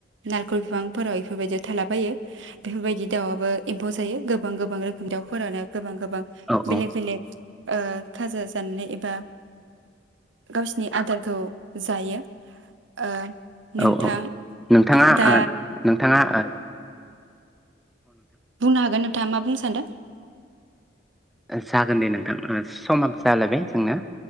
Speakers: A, on the right; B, in the centre.
A: नारिखल बिफांफोराव इफोरबायदि थालाबायो बेफोरबायदि दाउआबो एम्फौ जायो गोबां गोबां रोखोम दाउफोरानो। गोबां गोबां
B: औ औ
A: बेलेक बेलेक। ओ थाजा जानानै एबा गावसिनि आदारखौ जायो ओ। नोंथां।
B: औ औ नोंथाङा
A: दा
B: ओ नोंथाङा। आ।
A: बुंनो हागोन नोंथाङा मा बुंनो सा। थान्द।
B: जागोन दे नोंथां समाबो जालायबाय जोंना।